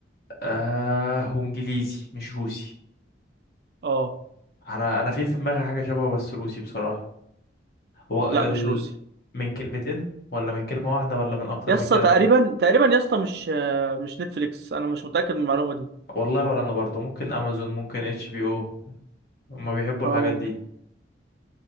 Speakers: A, on the left; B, on the right.
A: آه وانجليزي مش روسي
B: اه
A: انا انا في في دماغي حاجة شبهه بس روسي بصراحة هو
B: لا
A: ال...
B: مش روسي
A: من كلمتين ولا من كلمة واحدة ولا من اكتر
B: يا اسطى
A: من كده
B: تقريبا تقريبا يا اسطى مش آه، مش نتفليكس انا مش متاكد من المعلومه دي
A: والله ولا انا برضو ممكن امازون ممكن اتش بي او هما بيحبوا
B: اه
A: الحاجات
B: ممكن
A: دي